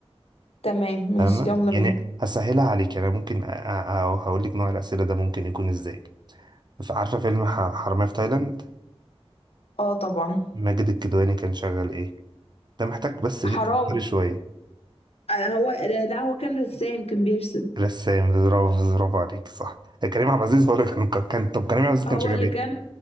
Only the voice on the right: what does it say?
فاهمة؟
يعني
هسهلها عليك يعني ممكن هقول لك نوع الأسئلة ده ممكن يكون إزاي عارفة فيلم ح- حرامية في تايلاند؟
ماجد الكدواني كان شغال إيه؟ ده محتاج بس إيه
تفكري شوية
رسام برافو برافو عليك صح كريم عبد العزيز هو اللي كان كان طب كريم عبد العزيز كان
شغال
ايه؟